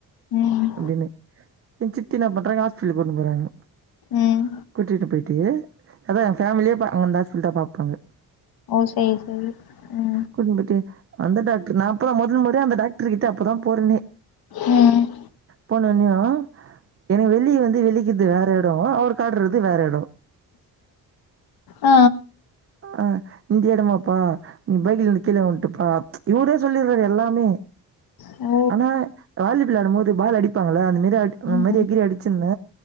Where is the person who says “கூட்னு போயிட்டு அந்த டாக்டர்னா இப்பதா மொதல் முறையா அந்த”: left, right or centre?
Right